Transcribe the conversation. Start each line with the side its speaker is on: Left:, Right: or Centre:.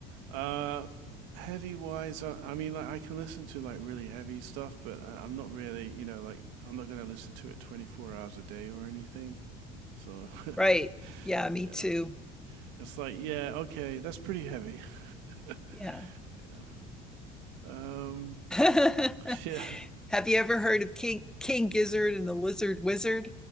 Right: uh heavy wise. I, I mean, like I can listen to like really heavy stuff, but I, I'm not really, you know, like I'm not gonna listen to it 24 hours a day or anything. So
Centre: Right.
Right: <laughs>
Centre: Yeah, me
Right: yeah,
Centre: too.
Right: it's like yeah, okay, that's pretty heavy. <laughs>
Centre: Yeah.
Right: Yeah. Um.
Centre: <laughs>
Right: Yeah.
Centre: Have you ever heard of King King Gizzard and the Lizard Wizard?